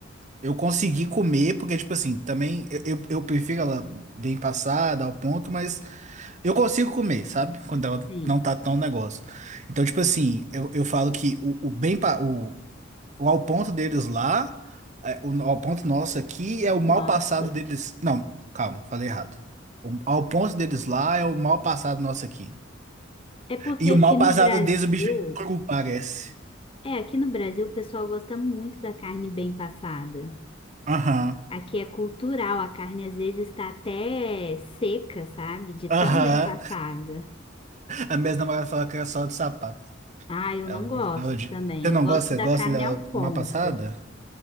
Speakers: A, on the right (about 40°); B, on the left (about 30°).
A: Eu consegui comer, porque, tipo assim, também eu, eu eu prefiro ela bem passada, ao ponto, mas. Eu consigo comer, sabe? Quando ela
B: Sim.
A: não tá tão negócio. Então, tipo assim, eu, eu falo que o, o bem, pa- o, o ao ponto deles lá, é, o ao ponto nosso aqui é o mal
B: Nossa.
A: passado deles. Não, calma, falei errado. O ao ponto deles lá é o mal passado nosso aqui.
B: É porque
A: E
B: aqui
A: o mal
B: no
A: passado
B: Brasil,
A: deles, o bicho é cru, parece.
B: é, aqui no Brasil o pessoal gosta muito da carne bem passada.
A: Aham,
B: Aqui é cultural, a carne às vezes está até seca, sabe? De tão
A: aham.
B: bem passada.
A: A minha namorada falou que era só de sapato.
B: Ah, eu
A: Ela
B: não
A: não
B: gosto
A: gostava de.
B: também.
A: Você
B: Eu
A: não
B: gosto
A: gosta?
B: da
A: Você gosta
B: carne
A: dela
B: ao ponto.
A: mal passada?